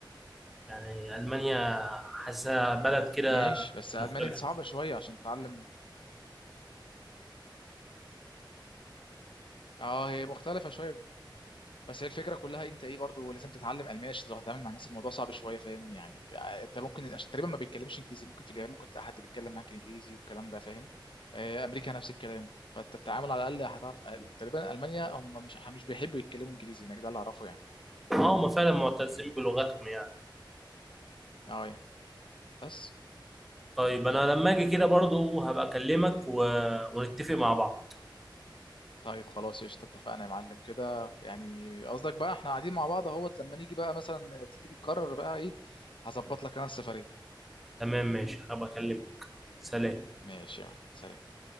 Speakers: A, in the centre; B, on the left.
A: يعني ألمانيا حاسة بلد كده
B: ماشي بس المانيا
A: مختلفة
B: دي صعبه شويه عشان تتعلم اه هي مختلفه شويه بس هي الفكره كلها انت ايه برضو لازم تتعلم الماني عشان لو هتتعامل مع الناس الموضوع صعب شويه فاهم يعني انت ممكن عشان تقريبا ما بيتكلمش انجليزي ممكن في اليابان ممكن تلاقي حد بيتكلم معاك انجليزي والكلام ده فاهم آه، امريكا نفس الكلام فانت التعامل على الاقل هتعرف تقريبا المانيا هم مش مش بيحبوا يتكلموا انجليزي هناك ده اللي اعرفه يعني
A: اه هم فعلا معتزين بلغتهم يعني
B: اه يا. بس
A: طيب انا لما اجي كده برضو هبقى اكلمك و... ونتفق مع بعض
B: طيب خلاص قشطة اتفقنا يا معلم كده يعني قصدك بقى احنا قاعدين مع بعض اهوت لما نيجي بقى مثلا تيجي تقرر بقى ايه هظبط لك انا السفرية
A: تمام ماشي هبقى اكلمك سلام
B: ماشي يا معلم سلام